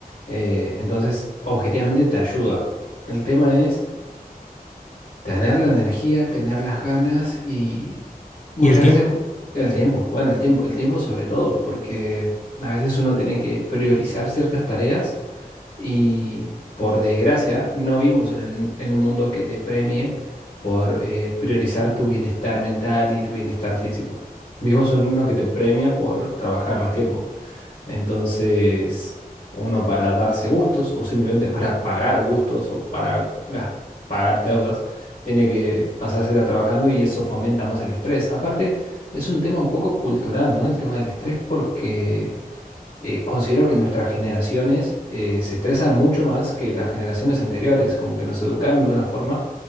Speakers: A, on the left (about 85°); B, on the left (about 50°).
A: Eh, entonces, objetivamente te ayuda. El tema es Tener la energía, tener las ganas y muchas
B: Y el tiempo.
A: veces el tiempo. Bueno, el tiempo, el tiempo sobre todo, porque a veces uno tiene que priorizar ciertas tareas y por desgracia no vivimos en, un en un mundo que te premie por eh, priorizar tu bienestar mental y tu bienestar físico. Vivimos en uno que te premia por trabajar más tiempo. Entonces, uno para darse gustos o simplemente para pagar gustos o para gas- pagar deudas, tiene que pasársela trabajando y eso fomenta más el estrés. Aparte, es un tema un poco cultural, ¿no? El tema del estrés porque eh, considero que nuestras generaciones eh, se estresan mucho más que las generaciones anteriores, como que nos educaron de una forma